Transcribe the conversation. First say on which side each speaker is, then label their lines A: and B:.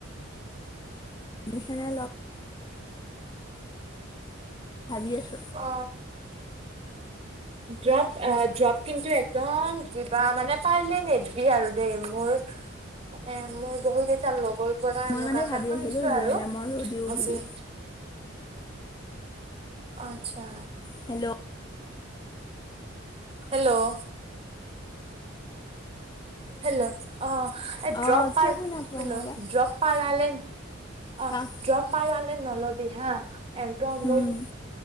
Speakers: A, on the left (about 20°); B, on the right (about 30°).
A: <unintelligible> ভাবি আছো।
B: অ ড্ৰপ অ ড্ৰপ কিন্তু একদম দিবা মানে পাৰিলে নিদবিয়ে আৰু দেই মোৰ মানে মোৰ বহু কেইটাৰ লগৰ পৰা
A: মই
B: এনেকুৱা
A: মানে
B: এটা
A: ভাবি
B: শুনিছো
A: আছিলোঁ জে
B: আৰু
A: এন এমৰো দিওঁ
B: আজি
A: বুলি
B: অঁ অচ্ছা।
A: হেল্ল'
B: হেল্ল' হেল্ল' অ এই
A: অঁ
B: ড্ৰপ পা
A: কিয় শুনা পোৱা
B: হেল্ল'
A: নাই বা
B: ড্ৰপ পাৰাহলে অঁ
A: আহ
B: ড্ৰপ পাৰাহলে নলবি হাঁহ। একদম
A: উম
B: মোৰ